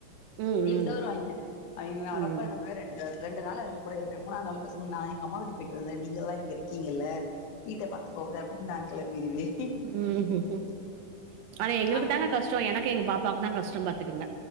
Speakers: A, on the right; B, on the left.
A: ம்
B: லீவுக்கு
A: ம்
B: தான் வருவாங்கய அவிங்க வறப்ப
A: ம்
B: நம்மள ரெண்டு ரெண்டு நாள் அவங்க கூட இருப்பேன் மூணாது நாள் பேசாம நான் எங்க அம்மா வீட்டுக்கு போயிட்டு வந்தரன் நீங்களான் இங்க இருக்கீங்கல்ல வீட்ட பாத்துக்கோங்க அப்படின்னு தா கெளம்பிருவேன்
A: உம் உம் ஆனா எங்களுக்கு
B: அவிங்க
A: தாங்க கஷ்டம் எனக்கு எங்க பாப்பா பாக்கதான் கஷ்டம் பா இருக்குங்க